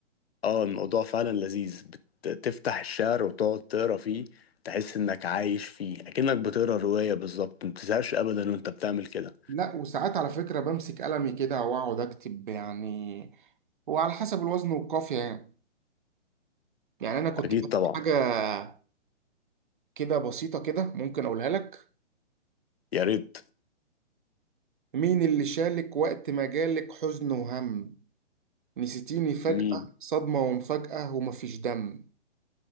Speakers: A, on the left (about 55°); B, on the right (about 45°).
A: اه الموضوع فعلا لذيذ بتفتح الشعر وتقعد تقرا فيه تحس انك عايش فيه اكنك بتقرا روايه بالظبط ما بتزهقش ابدا وانت بتعمل كده
B: لا وساعات على فكره بمسك قلمي كده واقعد اكتب يعني هو على حسب الوزن والقافيه يعني يعني انا كنت
A: اكيد
B: كاتب
A: طبعا
B: حاجه كده بسيطه كده ممكن اقولها لك
A: يا ريت
B: مين اللي شالك وقت ما جالك حزن وهم نسيتيني فجأة
A: مين
B: صدمة ومفاجأة ومفيش دم